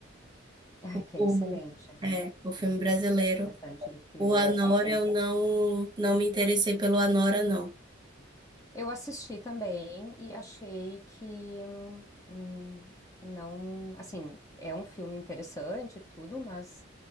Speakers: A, on the left (about 15°); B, on the right (about 20°).
A: Ah,
B: o,
A: que
B: o-
A: é excelente,
B: é,
A: né?
B: o filme
A: Hum,
B: brasileiro.
A: gostei Bastante do filme.
B: O Anora,
A: Achei que
B: eu não, não me interessei pelo Anora, não.
A: eu assisti também e achei que hum, hum, não, assim, é um filme interessante e tudo, mas